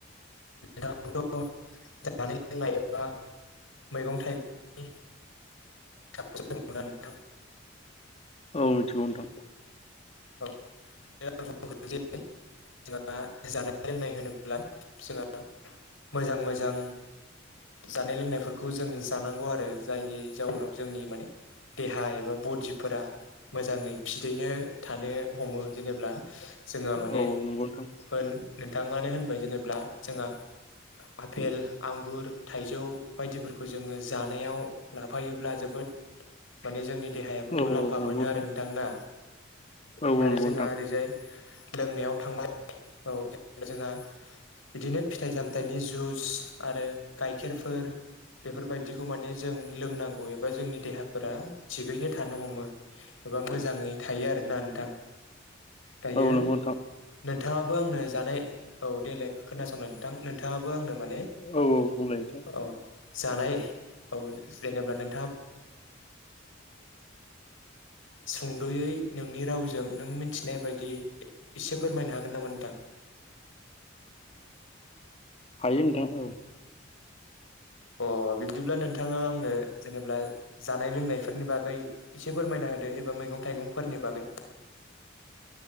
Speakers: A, on the left; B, on the left.
A: जानाय लोंनाय एबा मैगं थाइगंनि <unintelligible> मोना नोंथां
B: औ मिथिगौ नोंथां
A: औ आं बुंगोन जोंहा जानाय लोंनाय होनोब्ला जोंहा मोजां मोजां जानाय लोंनायफोरखौ जों जानांगौ आरो जायनि जाउनाव जोंनि माने देहा एबा बडिफोरा मोजाङै फिदैनो थानो हमो जेनेब्ला जोङो
B: औ
A: माने
B: औ नंगौ नोंथां
A: होन नोंथांआनो होनबाय जेनेब्ला जोंहा आफेल आंगुर थाइजौ बायदिफोरखौ जोङो जानायाव लाफायोब्ला जोबोद माने जोंनि देहायाबो
B: औ
A: मुलाम्फा
B: औ नंगौ
A: मोनो
B: नोंथां
A: आरो नोंथांना
B: औ
A: आरो
B: नंगौ
A: जोंहा
B: नोंथां
A: ओरैजाय लोंनायाव थांबाय औ आरो जोंहा बिदिनो फिथाइ सामथाइनि जुस आरो गाइखेरफोर बेफोरबायदिखौ माने जों लोंनांगौ एबा जोंनि देहाफोरा थिगैनो थानो हमो एबा मोजाङै थायो आरो ना नोंथां दायो
B: औ नंगौ नोंथां
A: नोंथाङाबो आंनो जानाय औ देलाय खोनासंल नोंथां नोंथाङाबो आंनो माने
B: औ बुंलाय नोंथां
A: औ जानाय औ जेनेबा नों सुंदयै नोंनि रावजों नों मिथिनाय बायदि एसे फोरमायनो हागोन नामा नोंथां?
B: हायो नोंथां औ।
A: अ बिब्दिब्ला नोंथाङा आंनो जेनेबा जानाय लोंनायफोरनि बागै एसे फोरमायना होदो एबा मैगं थाइगंफोरनि बागै